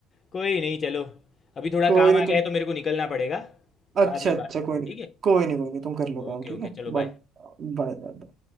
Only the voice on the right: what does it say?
कोई
नहीं
तुम
अच्छा
अच्छा
कोई
नहीं
कोई नहीं कोई नहीं तुम कर लो काम
ठीक
है
But
bye bye